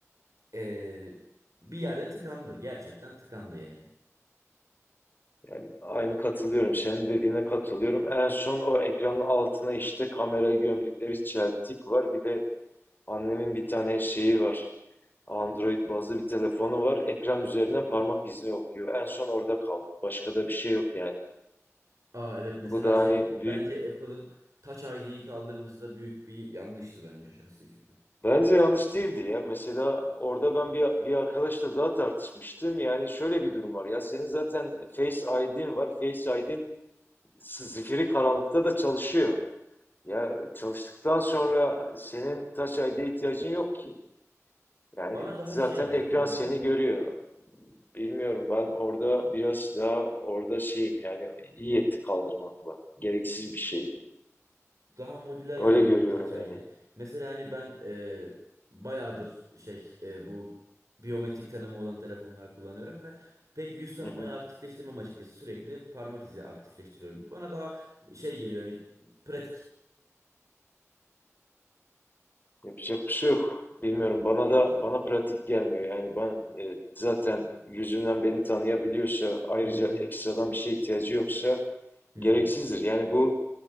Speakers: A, on the right; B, on the left.
A: ee, bir yerde tıkandı. Gerçekten tıkandı yani.
B: yani aynı katılıyorum. Senin dediğine katılıyorum. En son o ekranın altına işte kamera gömdükleri çeltik var. Bir de annemin bir tane şeyi var. Android bazlı bir telefonu var. Ekran üzerinden parmak izni okuyor. En son orada kaldık. Başka da bir şey yok yani.
A: Aa evet mesela
B: Bu da
A: şey
B: hani
A: bence
B: büyük
A: Apple'ın Touch ID'yi kaldırması da büyük bir yanlıştı bence şahsi fikrim.
B: Bence yanlış değildi ya. Mesela orada ben bir, bir arkadaşla daha tartışmıştım. Yani şöyle bir durum var ya. Senin zaten Face ID'in var. Face ID'in zifiri karanlıkta da çalışıyor. Ya çalıştıktan sonra senin Touch ID'ye ihtiyacın yok ki. Yani
A: Bana daha
B: zaten
A: şey geliyor
B: ekran
A: bilmiyorum.
B: seni görüyor. Bilmiyorum ben orada biraz daha orada şeyim yani iyi etti kaldırmakla. Gereksiz bir şeydi.
A: daha modüler
B: Öyle
A: geliyor
B: görüyorum
A: bana Touch ID.
B: yani.
A: Mesela hani ben e, bayağıdır şey e, bu biyometrik tanıma olan telefonlar kullanıyorum ve pek yüz tanımayı
B: Hı hı.
A: aktifleştirmem açıkçası. Sürekli parmak izi aktifleştiriyorum. Bana daha şey geliyor hani pratik.
B: Yapacak bir şey yok. Bilmiyorum bana da bana pratik gelmiyor. Yani ben e, zaten yüzümden beni tanıyabiliyorsa ayrıca
A: Hı hı.
B: ekstradan bir şeye ihtiyacı yoksa
A: Hı
B: gereksizdir.
A: hı.
B: Yani bu